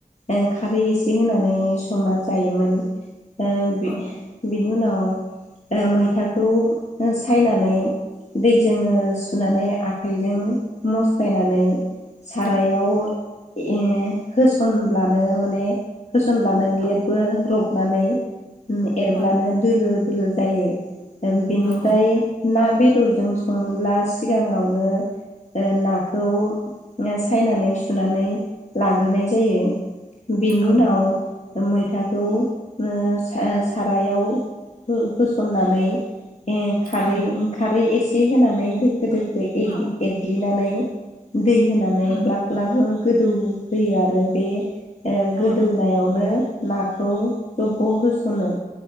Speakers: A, on the left; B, on the left.
A: ओ खारै इसे होनानै संना जायोमोन। ओ बि
B: औ
A: बिनि उनाव ओ मैथाखौ ओ सायनानै नै दैजोङो सुनानै आखाइजों मस्रायनानै सारायाव
B: औ
A: ए होस'नब्लानो माने होस'नब्लानो ग्लेबो
B: औ
A: र'बनानै एरब्लानो
B: औ
A: दोलो दोलो जायो बिनिफ्राय
B: औ
A: ना बेदरजों सङोब्ला सिगाङावनो ओ नाखौ सायनानै सुनानै लाग्रोनाय जायो। बिनि
B: औ
A: उनाव मैथाखौ ओ सा सारायाव हो होस'ननानै ए खारै
B: औ
A: ओं खारै एसे होनानै दोखो दोखो एग
B: औ
A: एदग्लिनानै दै होनानै
B: उम
A: ग्लाब ग्लाब गोदौ होयो आरो बे ओ
B: औ
A: गोदौनायावनो
B: औ
A: नाखौ जब' होस'नो।